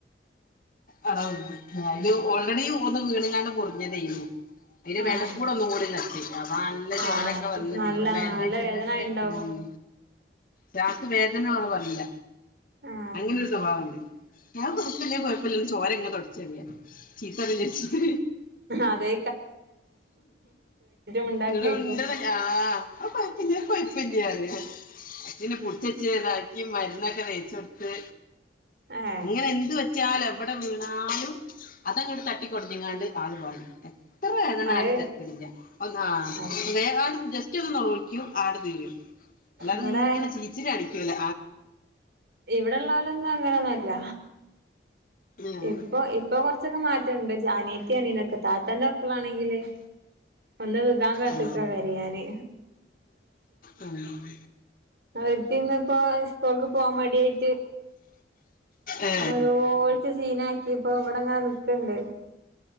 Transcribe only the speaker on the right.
ആഹ്
ആഹ് അപ്പൊ
നല്ല
നല്ല
വേദന
ഇണ്ടാവും
ആഹ്
അതെ മിണ്ടാക്കേക്കും
ഏഹ്
അത്
ആഹ്
അവിടെ
ഇവിടെലോലെൊന്നും അ ങ്ങാനൊന്നെല്ല
ഇപ്പൊ ഇപ്പൊ കൊറച്ച് കുറച്ചൊക്കെ മാറ്റണ്ട് അനിയത്തി അനീനൊക്കെ താത്തന്നെ മ ക്കളാണെങ്കില് ഒന്ന് വികാൻ കാത്തുക്കെ
കറയാന്
അവരിത്തിന്നുപ്പോ സ്കൂൾക്ക് പോവാൻ മടി തീ
നേലോലിച്ചു സീനാക്കിയപ്പോ ആക്കിപ്പോ ഇവിടെങ്ങനെ ക്കണ്ട്